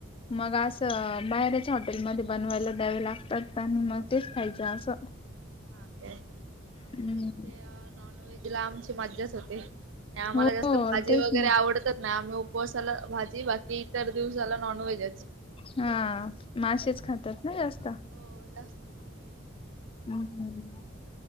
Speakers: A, on the right; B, on the left.
A: अच्छा.
B: मग अस बाहेर हॉटेल मध्ये बनवायला द्यावे लागतात आणि मग तेच खायचं असं
A: हा तेय आमच्या
B: हम्म
A: इथे नॉन व्हेज ला आमची मज्जाच होती आम्हाला
B: हो
A: जास्त
B: हो,
A: भाजी
B: तेच
A: वगैरे
B: ना
A: आवडतच ना य आम्ही उपवासाला भाजी बाकी इतर दिवसाला न. य
B: हा मासेच खातात ना जास्त
A: हो जास्त माणसच
B: हम् हम्